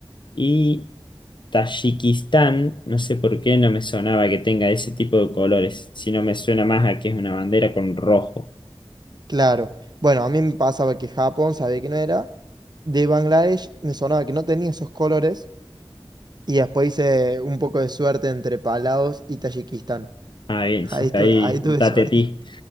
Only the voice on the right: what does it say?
Claro. Bueno, a mí me pasaba que Japón sabía que no era. De Bangladesh me sonaba que no tenía esos colores. Y después hice un poco de suerte entre Palaos y Tayikistán.
<laughs>
Ahí
tuve,
ahí tuve
suerte.